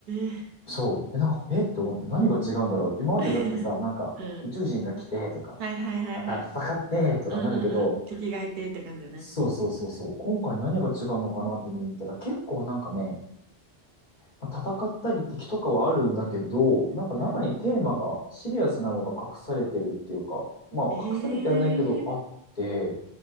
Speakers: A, on the right; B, on the left.
A: ー、
B: そう。え、なんか、えって思って何が違うんだろうって。今までだってさ、
A: <laughs>
B: なんか宇宙人が来てとか、
A: うん。はいはいはいはい。
B: 戦戦ってとかなるけど、
A: うんうんうん。敵がいてって感じよね。
B: そうそうそうそう。今回何が違うのかなって見に行ったら結構なんかね、まあ戦ったり敵とかはあるんだけど、なんか中にテーマがシリアスなのが隠されてるっていうか、
A: うん。
B: まあ隠されてはないけどあって、
A: えー、